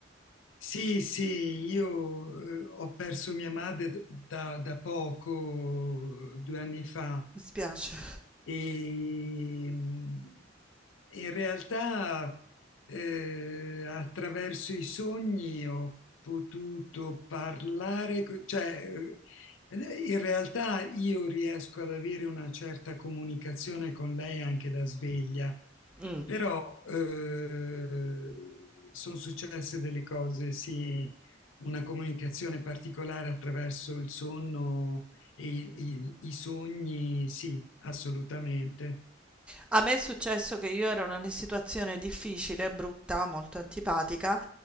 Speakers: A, on the left; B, in the centre.
A: Sì, sì, io eh, ho perso mia madre da, da poco, due anni fa,
B: Mi spiace.
A: E mh, in realtà, eh, attraverso i sogni ho potuto parlare, co- cioè, eh, in realtà io riesco ad avere una certa comunicazione con lei anche da sveglia.
B: Mm.
A: Però eh, sono successe delle cose, sì, una comunicazione particolare attraverso il sonno e il- il- i sogni, sì, assolutamente.
B: A me è successo che io ero in una situazione difficile, brutta, molto antipatica